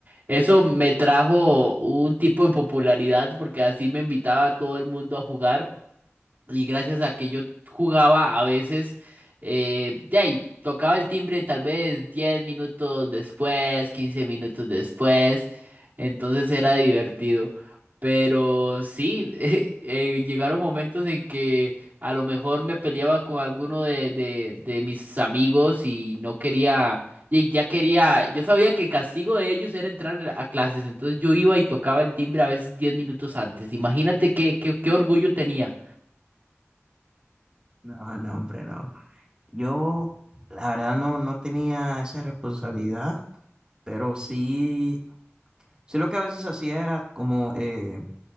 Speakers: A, on the right; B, on the right.
A: Eso me trajo un tipo de popularidad porque así me invitaba a todo el mundo a jugar. Y gracias a que yo jugaba a veces, eh, ya y tocaba el timbre tal vez 10 minutos después, 15 minutos después, entonces era divertido. Pero sí, <laughs> eh, eh, llegaron momentos en que a lo mejor me peleaba con alguno de, de, de mis amigos y no quería, y ya quería, yo sabía que el castigo de ellos era entrar a clases, entonces yo iba y tocaba el timbre a veces 10 minutos antes. Imagínate qué, qué, qué orgullo tenía.
B: No, no, hombre, no. Yo, la verdad, no, no tenía esa responsabilidad, pero sí, sí lo que a veces hacía era como, eh,